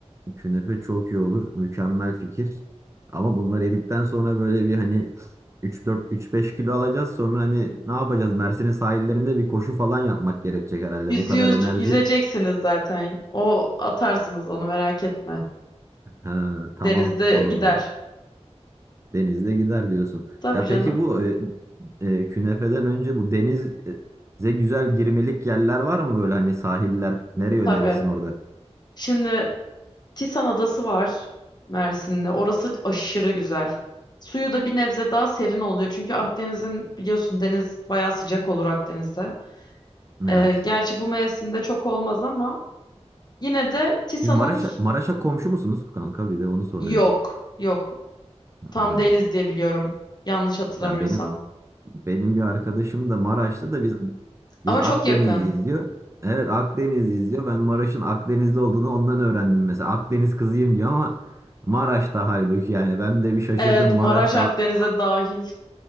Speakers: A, on the right (about 25°); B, on the left (about 40°).
A: künefe çok iyi olur. Mükemmel fikir. Ama bunları yedikten sonra böyle bir hani üç dört üç beş kilo alacağız. Sonra hani ne yapacağız? Mersin'in sahillerinde bir koşu falan yapmak gerekecek herhalde.
B: Yüzüyor,
A: Bu kadar enerji.
B: yüzeceksiniz zaten. O atarsınız onu merak etme.
A: Ha, tamam
B: Denizde
A: o
B: gider.
A: zaman. Denizde gider diyorsun.
B: Tabii
A: Ya
B: canım.
A: peki bu e, e, künefeden önce bu denize güzel girmelik yerler var mı böyle hani sahiller? Nereye önerirsin
B: Tabii.
A: orada?
B: Şimdi Tisan Adası var Mersin'de. Orası aşırı güzel. Suyu da bir nebze daha serin oluyor. Çünkü Akdeniz'in biliyorsun deniz bayağı sıcak olur Akdeniz'de. Ee,
A: Evet.
B: gerçi bu mevsimde çok olmaz ama yine de Tisan'ın
A: Siz Maraş'a
B: s-
A: Maraş'a komşu musunuz kanka? Bir de onu soruyorum.
B: yok. Yok. Tam
A: Hı.
B: değiliz diye biliyorum. Yanlış hatırlamıyorsam.
A: Ya benim benim bir arkadaşım da Maraş'ta da biz biz
B: Ama
A: Akdenizliyiz
B: çok yakın.
A: diyor. Evet Akdenizliyiz diyor. Ben Maraş'ın Akdeniz'de olduğunu ondan öğrendim mesela. Akdeniz kızıyım diyor ama Maraş'ta halbuki yani ben de bir şaşırdım
B: Evet
A: Maraş'ta
B: Maraş Akdeniz'e dahil.